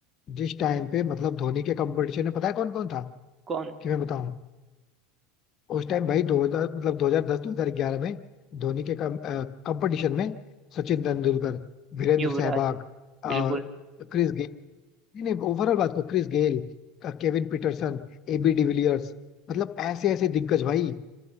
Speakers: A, on the left (about 45°); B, on the right (about 30°).
A: जिस टाइम पे मतलब धोनी के कंपटीशन में पता है कौन कौन था
B: कौन
A: कि मैं बताऊं उस टाइम भाई 2000 मतलब 2010 2011 में धोनी के कंपटीशन में सचिन तेंदुलकर वीरेंद्र
B: युवराज
A: सहवाग
B: बिल्कुल
A: और क्रिस नहीं नहीं ओवरऑल बात को Chris Gayle Kevin Pietersen AB de Villiers मतलब ऐसे ऐसे दिग्गज भाई